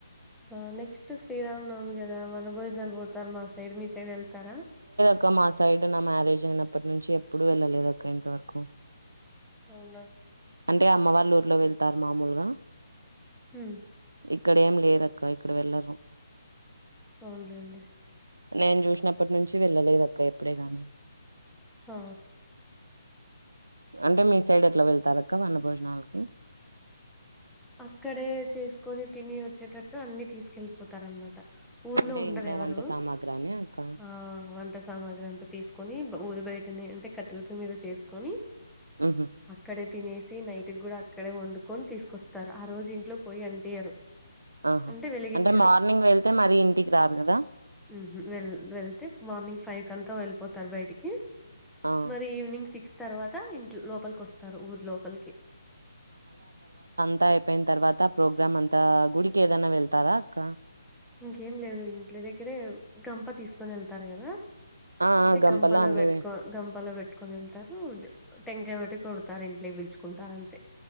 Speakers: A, in the centre; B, on the right (about 80°).
A: ఆ నెక్స్ట్ శ్రీరామ్ నవమి కదా వనభోజనాలు పోతారు మా సైడ్ మీ సైడ్ ఎల్ తార
B: ఇక మా సైడ్ నా మ్యారేజ్ అయినప్పటి నుంచి ఎప్పుడు వెళ్ళలేదు అక్క ఇంతవరకు
A: అవునా
B: అంటే అమ్మ వాళ్ళ ఊర్లో వెళ్తారు మామూలుగా
A: హ్మ్
B: ఇక్కడ ఏం లేదక్క ఇక్కడ వెళ్ళరు
A: అవును లెండీ
B: నేను చూసినప్పటి నుంచి వెళ్ళలేదు అక్క ఎప్పుడే గాని
A: ఆ
B: అంటే మీ సైడ్ ఎట్లా వెళ్తారు అక్క వన్న భోజనాలకి
A: అక్కడే చేసుకొని తిని వచ్చేటట్టు అన్ని తీసుకెళ్ళిపోతారనమాట ఊర్లో
B: అంటే
A: ఉండరు
B: ఇంట్లో
A: ఎవరు
B: వంట సామాగ్రి అని అక్క
A: ఆ వంట సామాగ్రి అంతా తీసుకొని బా ఊరి బయటనే అంటే కట్టలిపి మీద చేసుకొని
B: హుహు.
A: అక్కడే తినేసి నైట్ కూడా అక్కడే వండుకొని తీసుకొస్తా తారు ఆ రోజు ఇంట్లో పోయి అంటియారు
B: ఆహా
A: అంటే వెలిగిచ్చరు
B: మార్నింగ్ వెళ్తే మరి ఇంటికి రారు కదా
A: హు హుమ్ వె వెళ్తే మార్నింగ్ ఫైవ్ కంత వెల్ పోతార బయటికి
B: ఆ
A: మరి ఈవినింగ్ సిక్స్ తర్వాత ఇంట్ లోపలికి వస్తారు ఊరి లోపలికి
B: అంత అయిపోయిన తర్వాత ప్రోగ్రామ్ అంతా గుడికి ఏదైనా వెళ్తారా అక్క
A: ఇంకేం లేదు ఇంట్లే దగ్గరే గంప తీసుకొని వెళ్తారు కదా
B: ఆ
A: అంటే
B: ఆ
A: గంపలో
B: అన్ని
A: పెట్టుకో గంపలో పెట్ కొని వెళ్తారు టెంకాయ బటి కొడతారు ఇంట్లోకి పిలుచుకుంటారు అంతే